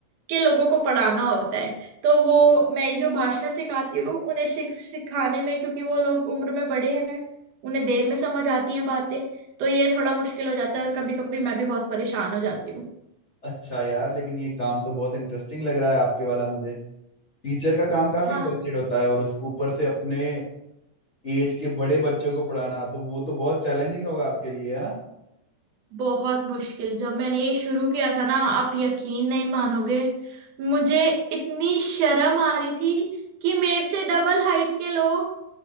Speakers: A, on the right; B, on the left.
A: के लोगों को पढ़ाना होता है तो वो मैं जो भाषा सिखाती हूँ उन्हें शिख- सिखाने में क्योंकि वो लोग उम्र में बड़े हैं उन्हें देर में समझ आती हैं बातें तो ये थोड़ा मुश्किल हो जाता है और कभी कभी मैं भी बहुत परेशान हो जाती हूँ
B: अच्छा यार लेकिन ये काम तो बहुत इंटरेस्टिंग लग रहा है आपके वाला मुझे टीचर का काम काफी
A: हाँ
B: इंटरेस्टेड होता है और उस ऊपर से अपने एज के बड़े बच्चों को पढ़ाना तो वो तो बहुत चैलेंजिंग होगा आपके लिए है ना
A: बहुत मुश्किल जब मैंने ये शुरू किया था ना आप यकीन नहीं मानोगे मुझे इतनी शर्म आ रही थी कि मेरे से डबल हाइट के लोग